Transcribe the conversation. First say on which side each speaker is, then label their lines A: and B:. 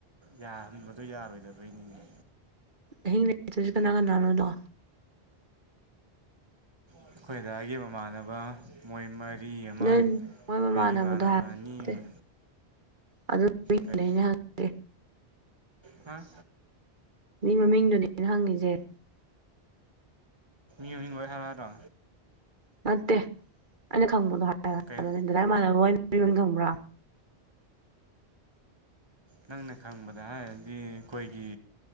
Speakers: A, on the right; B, on the right.
A: ꯌꯥꯍꯟꯕꯗꯣ ꯌꯥꯔꯣꯏꯗꯕꯩꯅꯤꯅꯦ
B: ꯑꯍꯤꯡ ꯂꯩꯛꯇꯁꯨ ꯀꯅꯥ ꯀꯅꯥꯅꯣꯗꯣ
A: ꯑꯩꯈꯣꯏꯗꯥ ꯑꯩꯒꯤ ꯃꯃꯥꯟꯅꯕ ꯃꯣꯏꯃꯩ ꯋꯥꯔꯤꯔꯤ ꯑꯃ
B: ꯅꯣꯏ ꯃꯣꯏ ꯃꯃꯥꯟꯅꯕꯗꯣ
A: ꯑꯩꯒꯤ ꯏꯃꯥꯟꯅꯕ
B: ꯍꯥꯏꯕꯠꯇꯦ
A: ꯑꯅꯤ ꯑꯃ
B: ꯑꯗꯨ ꯃꯤꯡꯗꯨꯅꯦ
A: ꯀꯔꯤ
B: ꯑꯩꯅ ꯍꯪꯉꯤꯁꯦ
A: ꯍꯥꯥ
B: ꯃꯤ ꯃꯃꯤꯡꯗꯨꯅꯦꯅ ꯍꯪꯉꯤꯁꯦ
A: ꯌꯨ ꯣꯏ ꯍꯔꯕꯣ
B: ꯅꯠꯇꯦ ꯑꯩꯅ ꯈꯪꯕꯗꯣ ꯍꯥꯏꯗꯥꯥꯏ
A: ꯀꯩ
B: ꯃꯥꯟꯅꯕ ꯄꯔꯣ ꯈꯪꯕ꯭ꯔꯥ
A: ꯅꯪꯅ ꯈꯪꯕꯗ ꯍꯥꯏ ꯍꯥꯏꯗꯤ ꯑꯩꯈꯣꯏꯒꯤ